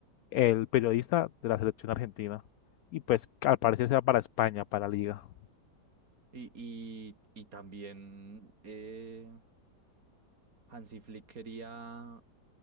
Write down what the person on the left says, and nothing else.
el periodista de la selección argentina. Y pues al parecer será para España, para la Liga.